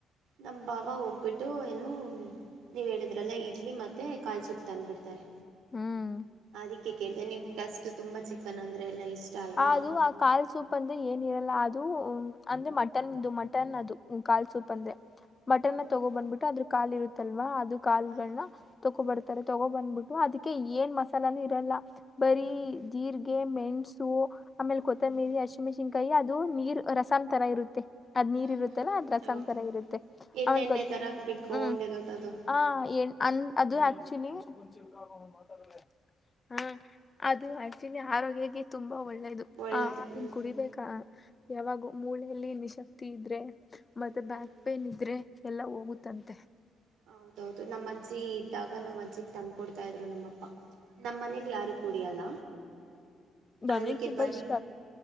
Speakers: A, on the right; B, on the left.
A: ನಮ್ಮ ಭಾವ ಹೋಗ್ಬಿಟ್ಟು ಏನು ನೀವು ಹೇಳಿದ್ರಲ್ಲ ಇಡ್ಲಿ ಮತ್ತು ಕಾಲ್ ಸೂಪ್ ತಂದುಬಿಡ್ತಾರೆ.
B: ಹ್ಮ್
A: ಅದಕ್ಕೆ ಕೇಳಿದೆ ನಿಮ್ಗೆ ಅಷ್ಟು ತುಂಬಾ ಚಿಕನ್ ಅಂದ್ರೆ ಎಲ್ಲಾ ಇಷ್ಟ ಅಲ್ವಾ
B: ಅದು ಆ ಕಾಲ್ ಸೂಪ್ ಅಂದ್ರೆ ಏನ್ ಇರಲ್ಲ ಅದು ಅಂದ್ರೆ ಮಟನ್ದು ಮಟನ್ ಅದು ಕಾಲ್ ಸೂಪ್
A: ಹ್ಞೂ
B: ಅಂದ್ರೆ ಮಟನ್ನ
A: ಹ್ಞೂ
B: ತಗೋ ಬಂದ್ಬಿಟ್ಟು ಅದ್ರ ಕಾಲ ಇರುತ್ತಲ್ವಾ ಅದು ಕಾಲ್ಗಳನ್ನ
A: ಅದನ್ನು
B: ತಗೋಬರ್ತಾರೆ
A: ಹ್ಞೂ
B: ತಗೋ ಬಂದ್ಬಿಟ್ಟು ಅದಕ್ಕೆ ಏನ್ ಮಸಾಲಾನು ಇರಲ್ಲ. ಬರೀ
A: ಹ್ಞೂ
B: ಜೀರ್ರಿಗೆ ಮೆಣಸು ಆಮೇಲೆ
A: ಹ್ಞೂ
B: ಕೊತ್ತಂಬರಿ ಅಶಿಮೆನ್ಸಿಕಾಯಿ ಕೈ ಅದು ನೀರ್ ರಸಂ ತರ ಇರುತ್ತೆ. ಅದ್ ನೀರ್
A: ಹ್ಞೂ ಹ್ಞೂ
B: ಇರುತ್ತಲ್ಲ ಅದ ರಸಂ
A: ಹ್ಞೂ ಹೌದು
B: ತರ ಇರುತ್ತೆ
A: ಎಣ್ಣೆಣ್ಣೆ
B: ಆಮೇಲ್ ಗ <unintelligible>
A: ತರ ಬಿಟ್ಕೊಂಡಿರೋದದು
B: ಹ್ಮ್ ಹ ಏ ಅನ್ ಅದು ಆಕ್ಚುಲಿ <unintelligible> ಹಾ ಅದು ಆಕ್ಚುಲಿ ಆರೋಗ್ಯಕ್ಕೆ ತುಂಬಾ ಒಳ್ಳೇದು
A: ಒಳ್ಳೇದು
B: ಆ ಅದನ್ನ
A: ಹ್ಮ್
B: ಕುಡಿಬೇಕಾ ಯಾವಾಗೂ ಮೂಳೆಯಲ್ಲಿ ನಿಶಕ್ತಿ ಇದ್ರೆ
A: ಹ್ಮ್
B: ಮತ್ತೆ ಬ್ಯಾಕ್ ಪೇನ್ ಇದ್ರೆ ಎಲ್ಲಾ ಹೋಗುತ್ತಂತೆ
A: ಹ್ಮ್ ಹೌದೌದು ನಮ್ಮ ಅಜ್ಜಿ ಇದ್ದಾಗ ನಮ್ಮ್ ಅಜ್ಜಿಗ್ ತಂದಕೊಡ್ತಾ ಇದ್ರು ನಮ್ಮಪ್ಪ. ನಮ್ಮ ಮನೇಲಿ ಯಾರು ಕುಡಿಯಲ್ಲ
B: ನನಗ್
A: ಅದಕ್ಕೆ
B: ತುಂಬಾ
A: ಬರೀ
B: ಇಷ್ಟ